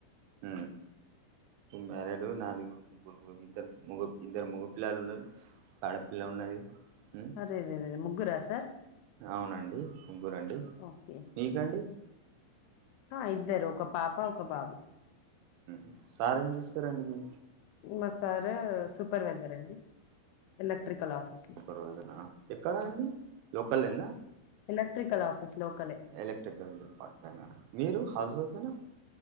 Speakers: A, on the right; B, on the left.
A: ఊ మ్యారిడు నాది ఇద్దరు ముగ్గు ఇద్దరు ముగ్గురు పిల్లలు ఉన్నారు ఆడపిల్ల ఉన్నది ఉ
B: అరె రె రె ముగ్గురా సార్
A: అవునండి ముగ్గురండి
B: ఓకే
A: మీ కండి
B: ఆ ఇద్దరు ఒక పాప ఒక బాబు
A: ఉ సార్ ఏం చేస్తారండి మీ
B: మా సార్ సూపర్వైజర్ అండి ఎలక్ట్రికల్ ఆఫీస్ లో
A: సూపర్ విసైరా ఎక్కడా అండి లోక లేనా
B: ఎలక్ట్రికల్ ఆఫీస్ లోకలే
A: ఎలక్ట్రికల్ డిపార్ట్మెంటెనా మీరు హౌస్ వైఫ్నా